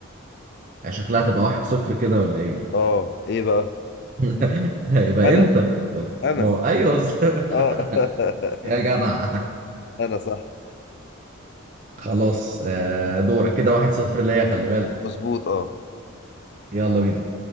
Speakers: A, on the right; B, on the left.
A: يعني شكلها تبقى واحد صفر كده ولا ايه
B: اه ايه بقى
A: <laughs> هيبقى
B: انا
A: انت
B: انا
A: ما هو- ايوه
B: اه
A: <laughs>
B: <laughs>
A: يا جدع
B: انا صح
A: خلاص آه، دورك كده واحد صفر ليا خلي بالك
B: مظبوط اه,
A: يلا بينا